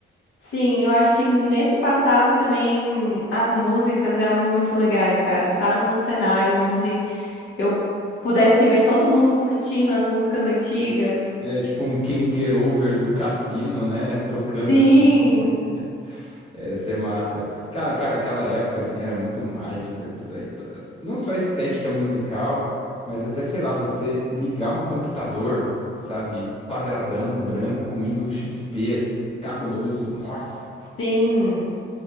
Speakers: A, on the left; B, on the left.
A: sim, eu acho que nesse passado também as músicas eram muito legais, cara. Tá num cenário onde eu pudesse ver todo mundo curtindo as músicas antigas.
B: É tipo um Can't Get Over do Cassino, né? Tocando
A: Sim,
B: assim. <laughs> É, ia ser massa. Cara, cara, aquela época assim era muito mágica, tudo aí. tu- Não só a estética musical, mas até, sei lá, você ligar um computador, sabe? Quadradão, branco, com Windows XP ali, cabuloso. Nossa.
A: sim.